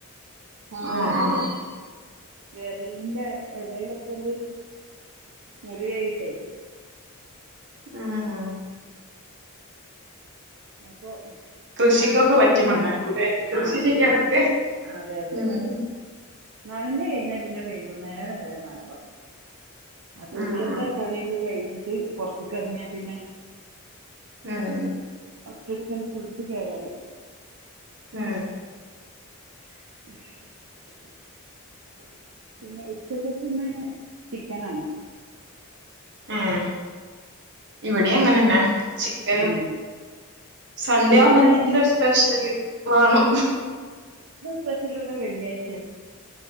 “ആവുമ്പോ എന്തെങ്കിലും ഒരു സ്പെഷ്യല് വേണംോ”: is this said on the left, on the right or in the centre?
Right